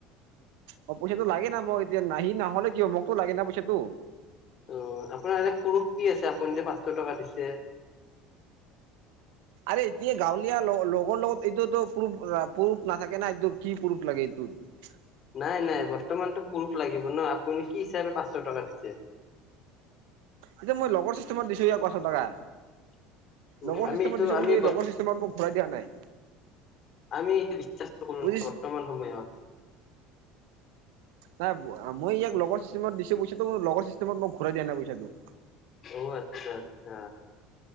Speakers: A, on the right; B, on the left.
A: অ পইচাটো লাগে না মই এতিয়া নাহি নহলে কি মোকতো লাগে না পইচাটো।
B: অ আপোনাৰ এ পুৰুষ কি আছে আপুনি যে পাঁচশ টকা দিছে। <unintelligible> <inaudible>
A: আৰে এতিয়া গাঁৱলীয়া লগ লগৰ লগত এইটোতো পৰুফ পৰুফ নাথাকে না এইটো কি পৰুফ লাগে এইটো। <unintelligible> <inaudible>
B: নাই নাই বৰ্তমানতো পৰুষ লাগিব ন আপুনি কি হিচাপে পাঁচশ টকা দিছে। <inaudible>
A: এতিয়া মই লগৰ ছিষ্টেমত দিছো ইয়াক পাঁচশ টকা।
B: উম
A: লগৰ
B: আমি
A: চিষ্টেমত
B: এইটো
A: দিছো
B: আমি
A: কিন্তু এই লগৰ চিষ্টেমত মোক ঘূৰাই দিয়া নাই
B: আমি এইটোয়া বিশ্বাস কৰ
A: বুজিছ
B: বৰ্তমান সময়ত
A: নাই মই ইয়াক লগৰ চিষ্টেত দিছো পইচাটো লগৰ চিষ্টেমত মই ঘূৰাই দিয়া নাই পইচাটো।
B: অ আচ্ছা আচ্ছা।